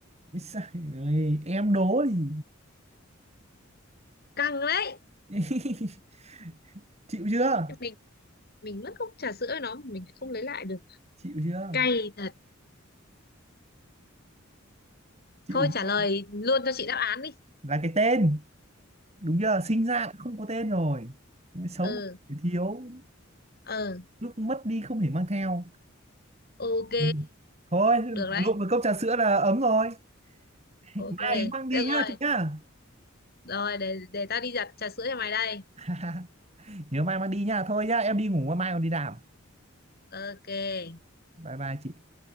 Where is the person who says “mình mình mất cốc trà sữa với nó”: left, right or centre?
Left